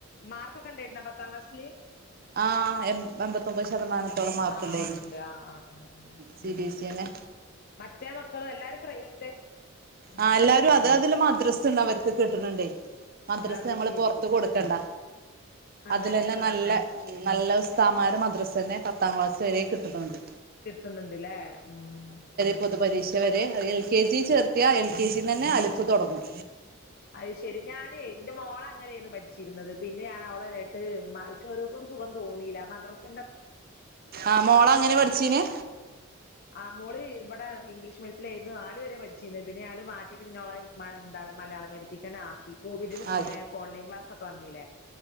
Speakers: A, on the left; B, on the right.
A: മാർക്കൊക്കെ ണരുന്നോ പത്താം ക്ലാസ്സില്
B: ആ എമ് എൺപത്തൊൻമ്പത് ശതമാനത്തോളം മാർക്കുണ്ടാ
A: ആ
B: യിരുന്നു
A: ഉണ്ട് ആ ആ ആ ആ
B: സി
A: ഉം
B: ബി എസ് എനെ
A: മറ്റേ മക്കള് എല്ലാരും പ്രൈവറ്റ് ഉം
B: ആ എല്ലാരും അത് അതില് മദ്രസ്സുണ്ട് അവർക്ക് കിട്ടണുണ്ടേ മദ്രസ്
A: അത്
B: നമ്മള്
A: ശരി
B: പൊർ ത്ത് കൊടുക്കണ്ട
A: അങ്ങനെ
B: അതിലന്നെ
A: ആ
B: നല്ല
A: ആ
B: ം നല്ല ഉസ്താദ് മാര് മദ്രസന്നെ പത്താം ക്ലാസ് വരെ കിട്ടുന്നുണ്ട്.
A: കിട്ടുന്നുണ്ട്ല്ലേ ം
B: പൊതു പരീക്ഷ വരെ എൽ കെ ജി ചേർത്തിയാ എൽ കെ ജി ന്നന്നെ അലിഫ് തൊടങ്ങും.
A: അയ് ശെരി ഞാനേ എന്റെ മോള നെര്ന്നു പഠിച്ചീര്ന്നത് പിന്നെ ഞാൻ അവളെങ്ട്ട് മക്ക് ഒരു സുഖം തോന്നീല്ല മദ്രസിന്റെ
B: ആഹ മോളെങ്ങനെ പഠിച്ചീന്?
A: ആ മോള് ഇവടെ ഇംഗ്ലീഷ് മേഡിയത്തിലേയിരുന്നു നാല് വരെ പഠിച്ചീന്ന് പിന്നെ ഞാന് മാറ്റിട്ട് പിന്നെ ഓളെ മല എന്താണ് മലയാള മേഡിയ ത്തിക്കന്നേ ആക്കി കോവിഡിന്റെ
B: ആ
A: സമയായപ്പോ ഓൺലൈൻ ക്ലാസൊക്കെ വന്ന്ലേ?